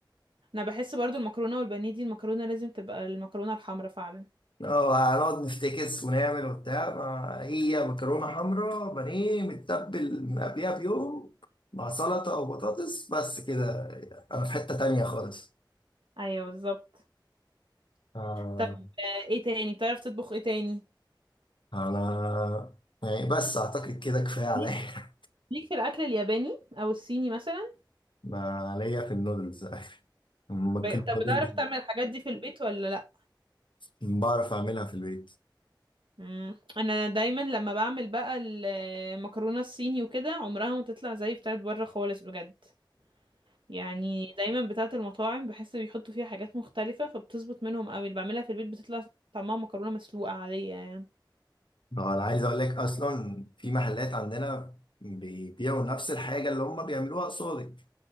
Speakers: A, on the right; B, on the left.
A: انا بحس برضو المكرونه والبانيه دي المكرونه لازم تبقى المكرونه الحمراء فعلا
B: اه هنقعد نفتكس ونعمل وبتاع ما هي مكرونة حمراء بانيه متبل من قبلها بيوم مع سلطة أو بطاطس بس كده أنا في حتة تانية خالص
A: ايوه بالظبط
B: آه،
A: طب آه، ايه تاني بتعرف تطبخ ايه تاني
B: أنا يعني بس أعتقد كده كفاية عليا
A: ليك
B: <laughs>
A: ليك في الاكل الياباني او الصيني مثلا
B: ما عليا في النودلز <laughs> ممكن
A: ب... طب
B: نودلز
A: بتعرف تعمل الحاجات دي في البيت ولا لا
B: بعرف أعملها في البيت
A: مم. انا دايما لما بعمل بقى المكرونه الصيني وكده عمرها ما تطلع زي بتاعت بره خالص بجد يعني دايما بتاعت المطاعم بحس بيحطوا فيها حاجات مختلفه فبتظبط منهم قوي اللي بعملها في البيت بتطلع طعمها مكرونه مسلوقه عاديه يعني
B: اه انا عايز اقول لك اصلا في محلات عندنا بيبيعوا نفس الحاجه اللي هم بيعملوها قصادك